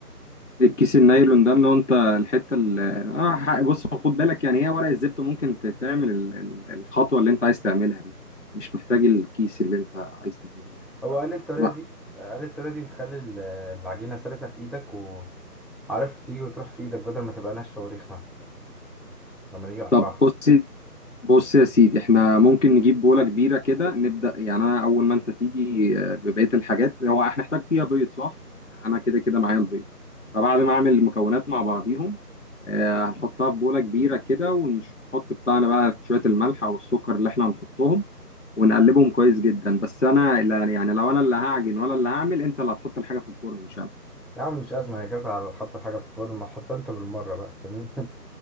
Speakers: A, on the left (about 50°); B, in the centre.
A: الكيس النايلون ده اللي هو انت الحته اللي اه ح- بص خد بالك يعني هي ورق الزبده ممكن ت- تعمل ال- ال- الخطوه اللي انت عايز تعملها دي مش محتاج الكيس اللي انت عايز تجيبه يعني
B: هو
A: فلا
B: قال لي الطريقة دي قال لي الطريقة دي بتخلي ال- العجينة سلسة في ايدك وعارف تيجي وتروح في ايدك بدل ما تبقى ناشفة وريخمة لما نيجي نقطعها
A: طب بص بص يا سيدي احنا ممكن نجيب بولة كبيرة كده نبدأ يعني انا اول ما انت تيجي آه، ببقية الحاجات هو هنحتاج فيها بيض صح؟ انا كده كده معايا البيض فبعد ما اعمل المكونات مع بعضيهم آه، هنحطها في بولة كبيرة كده ونحط بتاعنا بقى شوية الملح او السكر اللي احنا هنحطهم ونقلبهم كويس جدا بس انا لا يعني لو انا اللي هعجن ولا اللي هعمل انت اللي هتحط الحاجة في الفرن مش انا
B: يا عم مش أزمة هي جت على حط الحاجة في الفرن ما تحطها أنت بالمرة بقى فاهمني <laughs>